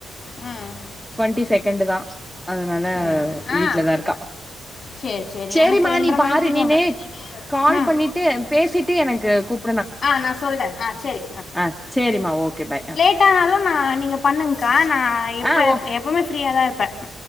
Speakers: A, on the left (about 40°); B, in the centre.
A: அ
B: ட்வெண்ட்டி செக்கண்டு தா அதுனால
A: ரெண்டு. ஆ
B: வீட்லதா இருக்கா
A: சரி சரி
B: சேரிமா
A: எனக்கு ரெண்டரை
B: நீ பாரு
A: மணிக்கு விடுவாங்க
B: நீனு கால்
A: ம்
B: பண்ணிட்டு பேசிட்டு எனக்கு கூப்
A: ஆ நா சொல்றே ஆ செரி
B: ஆ சேரிம்மா ஓகே பாய்
A: லேட்டானாலு நா நீங்க பண்ணுங்கக்கா நா எப்ப
B: ஆ ஓ
A: எப் பவுமே ஃப்ரீயா தா இருப்பே